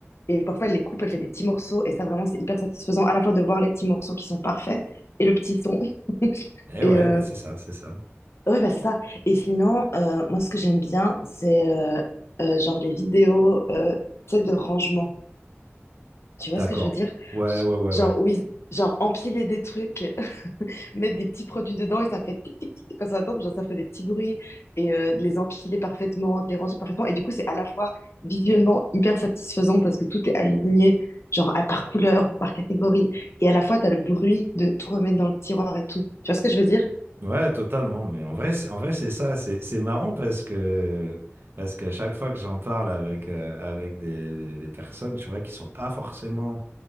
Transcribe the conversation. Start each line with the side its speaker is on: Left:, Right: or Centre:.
Left: Et parfois, elle les coupe, elle fait des petits morceaux. Et ça, vraiment, c'est hyper satisfaisant à la fois de voir les petits morceaux qui sont parfaits et le petit son.
Right: Eh
Left: Et
Right: ouais,
Left: euh,
Right: bah, c'est ça, c'est ça.
Left: ouais, bah, c'est ça. Et sinon, euh, moi, ce que j'aime bien, c'est euh, euh, genre les vidéos, euh, tu sais, de rangement. Tu vois
Right: D'accord.
Left: ce que je veux dire?
Right: Ouais, ouais, ouais,
Left: Genre,
Right: ouais.
Left: oui, genre empiler des trucs. mettre des petits produits dedans et ça fait tic tic tic quand ça tombe, genre ça fait des petits bruits et euh, de les empiler parfaitement, de les ranger parfaitement. Et du coup, c'est à la fois visuellement hyper satisfaisant parce que tout est aligné, genre à- par couleur ou par catégorie. Et à la fois, tu as le bruit de tout remettre dans le tiroir et tout. Tu vois ce que je veux dire?
Right: Ouais, totalement. Mais en vrai, c'est, en vrai, c'est ça. C'est, c'est marrant parce que, parce que chaque fois que j'en parle avec, euh, avec des, des, des personnes, tu vois, qui sont pas forcément